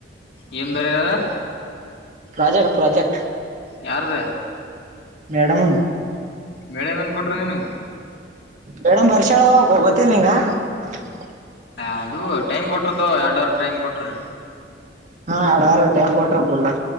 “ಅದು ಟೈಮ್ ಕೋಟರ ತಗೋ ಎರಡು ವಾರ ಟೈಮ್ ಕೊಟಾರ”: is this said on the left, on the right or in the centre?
Left